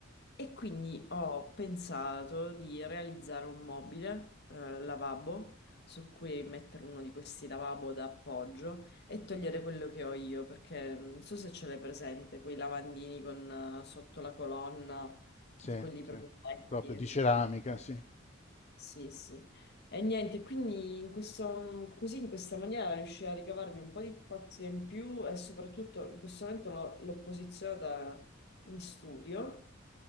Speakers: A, on the left (about 55°); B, on the left (about 35°).
A: E quindi ho pensato di realizzare un mobile, eh, lavabo, su cui mettere uno di questi lavabo da appoggio e togliere quello che ho io perché non so se ce l'hai presente, quei lavandini con eh, sotto la colonna
B: Sì,
A: di quelli
B: sì.
A: proprio vecchi,
B: Proprio
A: eccetera.
B: di ceramica,
A: eccetera.
B: sì,
A: Sì, sì. E niente, quindi in questo, mm, così in questa maniera riuscii a ricavarmi un po' di spazio in più e soprattutto in questo momento l'ho l'ho posizionata in studio,